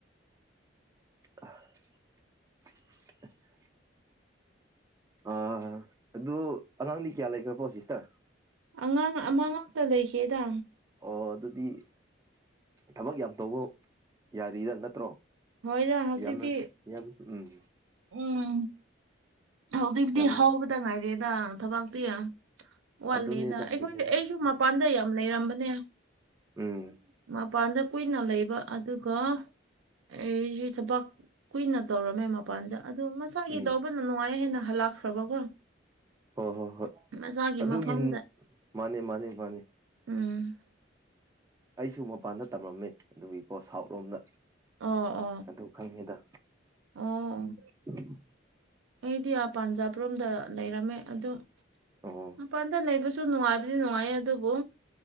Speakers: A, on the right (about 15°); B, on the right (about 85°).
A: <unintelligible> ꯑ ꯑꯗꯨ ꯑꯉꯥꯡꯗꯤ ꯀꯌꯥ ꯂꯩꯈ꯭ꯔꯕꯣ ꯁꯤꯁꯇꯔ
B: ꯑꯉꯥꯡ ꯑꯃ ꯉꯥꯛꯇ ꯂꯩꯈꯤꯗ
A: ꯑꯣ ꯑꯗꯨꯗꯤ ꯊꯕꯛ ꯌꯥꯝ ꯇꯧꯕ ꯌꯥꯔꯤꯔ ꯅꯠꯇ꯭ꯔꯣ
B: ꯍꯣꯏꯗ ꯍꯧꯖꯤꯛꯇꯤ
A: ꯌꯥꯝꯅ ꯌꯥꯝ ꯎꯝ
B: ꯎꯝ ꯍꯧꯖꯤꯛꯇꯤ
A: ꯌꯥꯝ
B: ꯍꯧꯕꯇ ꯉꯥꯏꯔꯦꯗ ꯊꯕꯛꯇꯤ ꯋꯥꯠꯂꯤꯗ
A: ꯑꯗꯨꯅꯤꯗ
B: ꯑꯩꯈꯣꯏ
A: ꯑꯗꯨꯅꯤꯗ
B: ꯑꯩꯁꯨ
A: ꯎꯝ
B: ꯃꯄꯥꯟꯗ ꯌꯥꯝ ꯂꯩꯔꯝꯕꯅꯦ
A: ꯎꯝ
B: ꯃꯄꯥꯟꯗ ꯀꯨꯏꯅ ꯂꯩꯕ ꯑꯗꯨꯒ ꯑꯩꯁꯤ ꯊꯕꯛ ꯀꯨꯏꯅ ꯇꯧꯔꯝꯃꯦ ꯃ ꯃꯄꯥꯟꯗ ꯑꯗꯣ ꯃꯁꯥꯒꯤ
A: ꯎꯝ
B: ꯇꯧꯕꯅ ꯅꯨꯡꯉꯥꯏ ꯍꯦꯟꯅ ꯍꯜꯂꯛꯈ꯭ꯔꯕꯀꯣ
A: ꯍꯣ ꯍꯣ ꯍꯣꯏ
B: ꯃꯁꯥꯒꯤ
A: ꯑꯗꯨꯒꯤꯅꯤ
B: ꯃꯐꯝꯗ
A: ꯃꯥꯅꯦ ꯃꯥꯅꯦ ꯃꯥꯅꯦ
B: ꯎꯝ
A: ꯑꯩꯁꯨ ꯃꯄꯥꯟꯗ ꯇꯝꯂꯝꯝꯃꯦ ꯑꯗꯨꯒꯤꯀꯣ ꯁꯥꯎꯠ ꯂꯣꯝꯗ
B: ꯑ ꯑ
A: ꯑꯗꯨ ꯈꯪꯉꯦꯗ
B: ꯑꯣꯥ
A: <inaudible>
B: ꯑꯩꯗꯤ ꯄꯥꯟꯖꯥꯔꯣꯝꯗ ꯂꯩꯔꯝꯃꯦ ꯑꯗꯨꯣ
A: ꯑꯣ
B: ꯃꯄꯥꯟꯗ ꯂꯩꯕꯁꯨ ꯑꯗꯨ ꯅꯨꯡꯉꯥꯏꯕꯗꯤ ꯅꯨꯡꯉꯥꯏ ꯑꯗꯨꯕꯨ